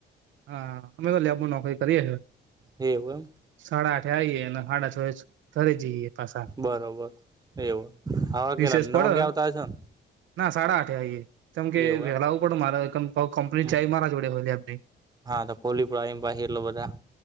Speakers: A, on the right; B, on the right.
A: હા અમે તો લેબનુ નોકરી કરીએ હે.
B: એવું એમ.
A: સાડા આઠે આવીએ અને હાડા છ ઘરે જઈએ પાછા.
B: બરોબર એવું આવો
A: રિસેસ
B: કયારે નવ
A: પડે
B: વાગ્યા આવતા હશો ને.
A: ના સાડા આઠે આઇય કેમ કે
B: એવું
A: વેલા
B: એમ
A: આવું પડે મારે ક કંપલિટ
B: હમ
A: ચાવી મારા જોડે લેબની.
B: હા તો કોલીપુર આવીને પાછી એટલે બધા